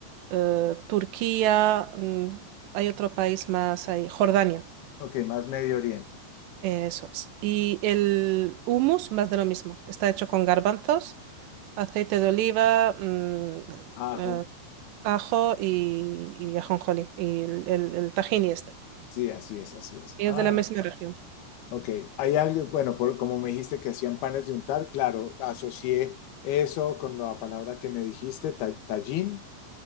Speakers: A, on the right (about 75°); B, on the left (about 70°).
A: eh, Turquía, mm, hay otro país más ahí, Jordania,
B: Ok, más Medio Oriente.
A: eh, eso es. Y el hummus, más de lo mismo. Está hecho con garbanzos, aceite de oliva, mm,
B: Ajo,
A: eh, ajo y, y ajonjolí, y el, el, el tahini este.
B: sí, así es, así es.
A: Y
B: Ah,
A: es de la misma región.
B: ok. Hay algo, bueno, por, como me dijiste que hacían panes de untar, claro, asocié eso con la palabra que me dijiste, ta- tallín,